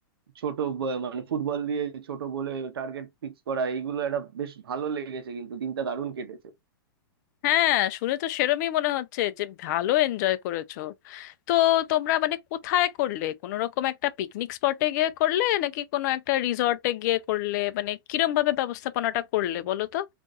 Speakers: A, on the right; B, on the left.
A: ছোট ব- মানে ফুটবল দিয়ে ছোট গোলে টার্গেট ফিক্স করা এইগুলো একটা বেশ ভালো লেগেছে কিন্তু দিনটা দারুণ কেটেছে
B: হ্যাঁ শুনে তো সেরমই মনে হচ্ছে যে ভালো এনজয় করেছো তো তোমরা মানে কোথায় করলে কোনো রকম একটা পিকনিক স্পটে গিয়ে করলে নাকি কোনো একটা রিসর্টে গিয়ে করলে মানে কিরম ভাবে ব্যবস্থাপনাটা করলে বলো তো